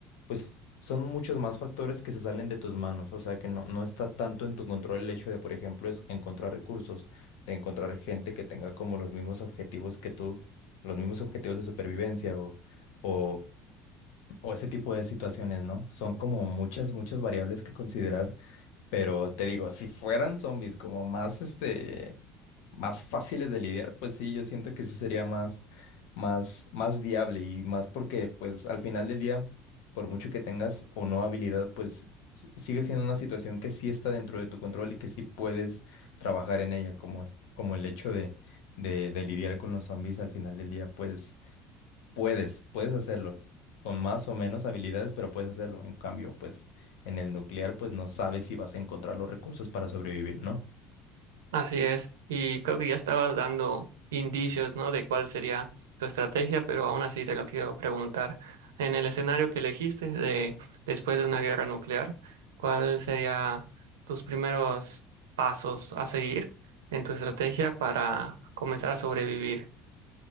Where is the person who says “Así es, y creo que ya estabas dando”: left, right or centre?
Right